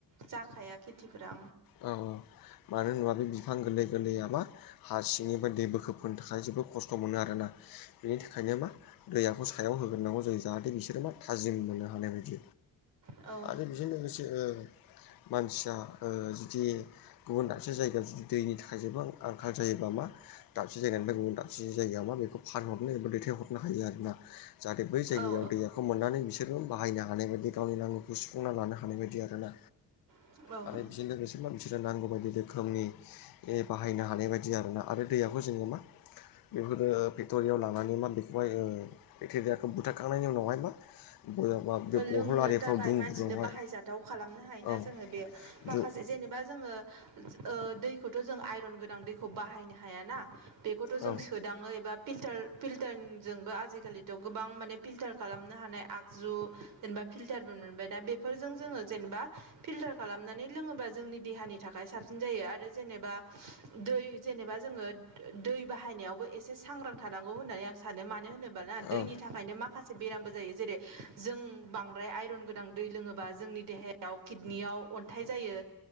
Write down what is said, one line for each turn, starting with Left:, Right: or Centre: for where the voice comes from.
Right: जाखाया खेथिफोरा
Left: औ औ। मानो होनोबा बे बिफां गोरलै गोरलैयाबा हा सिंनिफ्राय दै बोखोबोनो थाखाय जोबोद खस्थ' मोनो आरोना। बेनि थाखायनो मा दैयाखौ सायाव होग्रोनांगौ जायो जाहाथे बिसोरो मा थाजिम मोननो हानाय बायदि।
Right: औ
Left: आरो बेजों लोगोसे ओ मानसिया ओ जुदि गुबुन दाबसे जायगायाव जुदि दैनि थाखाय जोबां आंखाल जायोबा मा दाबसे जायगानिफ्राय गुबुन दाब बसे जायगायाव मा बेखौ फारहरनो एबा दैथायहरनो हायो आरोना। जाहाथे बै जायगायाव
Right: औ
Left: दैयाखौ मोननानै बिसोरबो बाहायना हा हानाय बायदि गावनि नांगौखौ सुफुंना लानो हानाय बायदि आरोना
Right: औ औ
Left: आरो बेजों लोगोसे मानसिनो नांगौ बायदि रोखोमनि ए बाहायनो हानाय बायदि आरोना आरो दैयाखौ जोङो मा बेफोरो फेक्ट'रियाव लांनानै मा बेखौहाय ओ बेक्टेरियाखौ बुथारखांनायनि उनावहाय मा बयामा बे
Right: लोंनो
Left: बथल आरिफ्राव
Right: थाखाय
Left: दुंब्रुआवहाय
Right: मानसिनो बाहायजाथाव खालामनो हायोना
Left: औ
Right: जोङो बे माखासे
Left: दु
Right: जेने बा जोङो ओ दैखौथ' जों आइरन गोनां दैखौ बाहायनो हायाना। बेखौथ' जों
Left: औ
Right: सोदाङो एबा फिलटार फिल्टारनजोंबो आजिखालिथ' गोबां माने फिल्टार खालामनो हानाय आगजु जेनेबा फिल्टारनबो मोनबाय दा बेफोरजों जोङो जेनेबा फिल्टार खालामनानै लोङोबा जोंनि देहानि नि थाखाय साबसिन जायो आरो जेनेबा दै जेनेबा जोङो दै बाहायनायावबो एसे सांग्रां थानांगौ होननानै आं सानो मानो होनोबाला दैनि
Left: औ
Right: थाखायनो माखासे बेरामबो जायो जेरै जों बांद्राय आइरन गोनां दै लोङोबा जोंनि देहायाव किडनियाव अन्थाइ जायो।